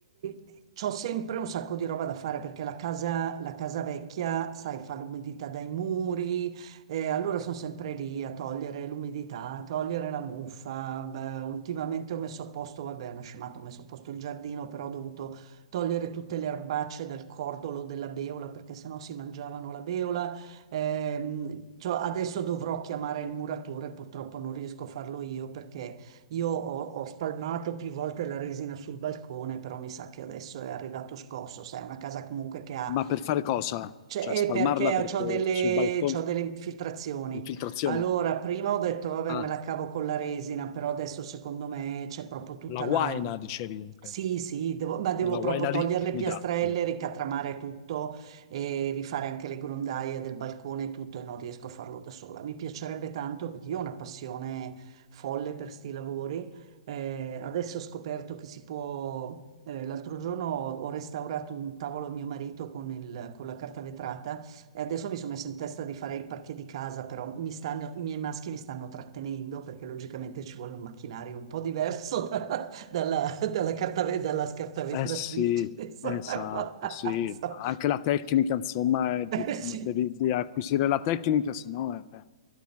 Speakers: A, on the right; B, on the left.
A: e c'ho sempre un sacco di roba da fare perché la casa, la casa vecchia, sai, fa l'umidità dai muri e allora sono sempre lì a togliere l'umidità, a togliere la muffa. Beh, ultimamente ho messo a posto, vabbè, è una scemata, ho messo a posto il giardino, però ho dovuto togliere tutte le erbacce dal cordolo della beola perché sennò si mangiavano la beola. Ehm, cioè, adesso dovrò chiamare il muratore, purtroppo non riesco a farlo io perché io ho, ho spalmato più volte la resina sul balcone, però mi sa che adesso è arrivato scosso, sai, è una casa comunque che ha
B: Ma per fare cosa?
A: cioè,
B: Cioè,
A: è
B: spalmarla
A: perché
B: per,
A: ho
B: per-
A: delle,
B: sui balconi,
A: c'ho delle infiltrazioni.
B: infiltrazioni?
A: Allora, prima ho detto, vabbè,
B: Ah,
A: me la cavo con la resina, però adesso secondo me c'è proprio tutta
B: la guaina,
A: la...
B: dicevi, ok.
A: Sì, sì, devo- ma devo
B: Una
A: proprio
B: guaina
A: togliere
B: liquida.
A: le piastrelle,
B: Mm.
A: ricatramare tutto e rifare anche le grondaie del balcone e tutto e non riesco a farlo da sola. Mi piacerebbe tanto perché io ho una passione folle per sti lavori eh, adesso ho scoperto che si può, eh, l'altro giorno ho, ho restaurato un tavolo a mio marito con, il- con la carta vetrata e adesso mi sono messa in testa di fare il parquet di casa, però mi stanno- i miei maschi mi stanno trattenendo perché logicamente ci vuole un macchinario un po' diverso <laughs> da- dalla, dalla carta, ve- dalla scarta vetratrice.
B: Eh sì,
A: Insomma,
B: esatto,
A: <laughs>
B: sì.
A: so-
B: Anche la tecnica, insomma, è di-
A: eh, sì,
B: devi di acquisire la tecnica, se no è-